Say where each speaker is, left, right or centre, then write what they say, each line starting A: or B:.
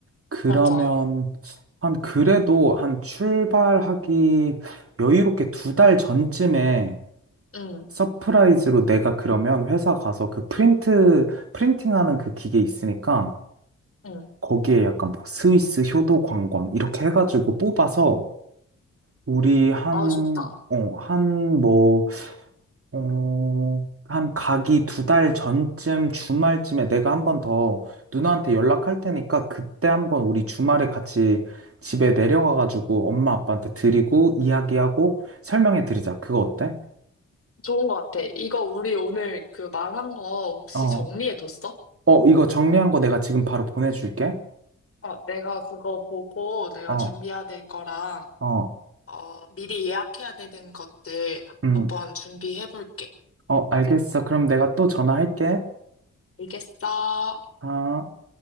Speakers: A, on the right (about 45°); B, on the left (about 45°).
A: 그러면
B: 맞아.
A: 한 그래도 한 출발하기 여유롭게 두 달 전쯤에
B: 응,
A: 서프라이즈로 내가 그러면 회사 가서 그 프린트 프린팅하는 그 기계 있으니까
B: 응.
A: 거기에 약간 뭐 스위스 효도 관광 이렇게 해가지고 뽑아서 우리 한어한뭐
B: 아, 좋다.
A: 어, 한 가기 두 달 전쯤 주말쯤에 내가 한 번 더 누나한테 연락할 테니까 그때 한번 우리 주말에 같이 집에 내려가가지고 엄마 아빠한테 드리고 이야기하고 설명해 드리자. 그거 어때?
B: 좋은 것 같아. 이거 우리 오늘 그 말한 거 혹시
A: 어,
B: 정리해뒀어?
A: 어, 이거 정리한 거 내가 지금 바로 보내줄게.
B: 어, 내가 그거 보고 내가
A: 어,
B: 준비해야 될 거랑,
A: 어,
B: 어, 미리 예약해야 되는 것들
A: 음,
B: 한번 준비해볼게.
A: 어, 알겠어. 그럼 내가 또 전화할게.
B: 알겠어.
A: 아.